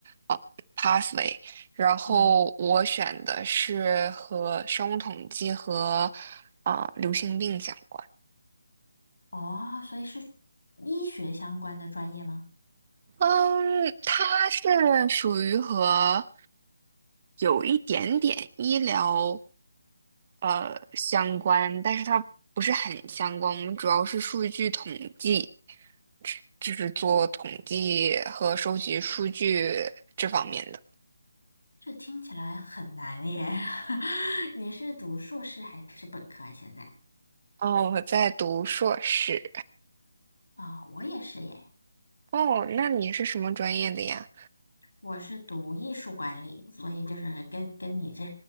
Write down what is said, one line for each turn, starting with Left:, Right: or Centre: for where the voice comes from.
Right: 呃 pathway，然后我选的是和生物统计和
Left: 嗯，
Right: 啊、呃流行病相关。
Left: 哦，所以是医学相关的专业吗？
Right: 嗯，它是属于和有一点点医疗呃相关，但是它不是很相关。我们主要是数据统计，就是做统计和收集数据这方面的。
Left: 这听起来很难耶。<laughs> 你是读硕士还是本科啊？现在？
Right: 哦，我在读硕士。
Left: 啊、我也是耶，
Right: 哦，那你是什么专业的呀？
Left: 我是读艺术管理，所以就是跟跟你这